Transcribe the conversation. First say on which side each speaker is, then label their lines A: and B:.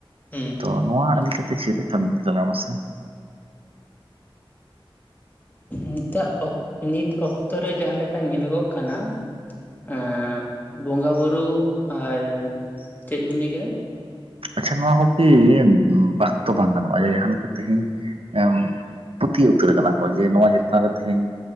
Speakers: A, on the left (about 20°); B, on the right (about 80°).
A: ᱦᱩᱸ
B: ᱛᱚ
A: ᱦᱩᱸ
B: ᱱᱚᱣᱟ
A: ᱮᱠᱟᱞ
B: ᱤᱫᱤ ᱠᱟᱛᱮ ᱪᱮᱫ ᱛᱟᱢᱤᱞ ᱛᱟᱞᱟ ᱢᱮ ᱥᱮ
A: ᱱᱤᱛᱟᱜ ᱚᱠ ᱱᱤᱛ ᱚᱠᱛᱚ ᱨᱮ ᱡᱟᱦᱟ ᱞᱮᱠᱟ ᱧᱮᱞᱚᱜᱚᱜ ᱠᱟᱱᱟ ᱮᱻ ᱵᱚᱸᱜᱟ ᱵᱩᱨᱩ ᱟᱨ ᱪᱮᱫ ᱵᱤᱱ ᱞᱟᱹᱭ ᱠᱮᱫᱟ?
B: ᱟᱪᱪᱷᱟ ᱱᱚᱣᱟ ᱦᱚᱠᱤ ᱤᱭᱮᱱ ᱵᱟᱠᱛᱚ ᱵᱟᱝ ᱜᱟᱱᱚᱜ-ᱟ ᱡᱮ ᱡᱟᱦᱟᱸ ᱞᱮᱠᱟ ᱛᱮᱦᱤᱧ ᱮᱢ ᱯᱟᱹᱛᱭᱟᱹᱣ ᱩᱛᱟᱹᱨ ᱟᱠᱟᱱᱟ ᱠᱚ ᱡᱮ ᱱᱚᱣᱟ ᱪᱮᱛᱟᱱ ᱨᱮ ᱛᱮᱦᱤᱧ